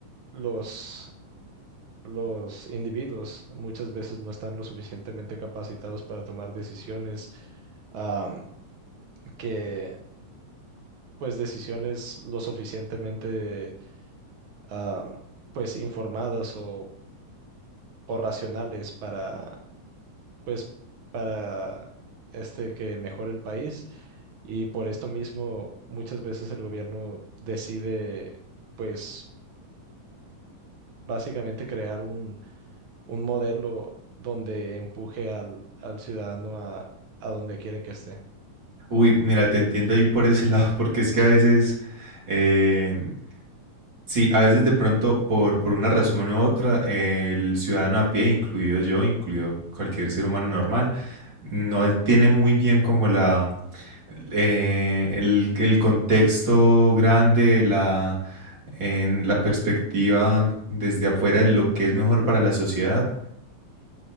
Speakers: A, on the right; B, on the right.
A: los, los individuos muchas veces no están lo suficientemente capacitados para tomar decisiones, am, que pues decisiones lo suficientemente am, pues informadas o, o racionales para pues para este que mejore el país. Y por esto mismo muchas veces el gobierno decide pues básicamente crear un un modelo donde empuje al, al ciudadano a, a donde quieren que esté.
B: Uy, mira, te entiendo ahí por ese <laughs> lado, porque es que a veces, eh, sí, a veces de pronto por, por una razón u otra, eh, el ciudadano a pie, incluido yo, incluido cualquier ser humano normal, no tiene muy bien como la, eh, el, el contexto grande, la, en la perspectiva desde afuera de lo que es mejor para la sociedad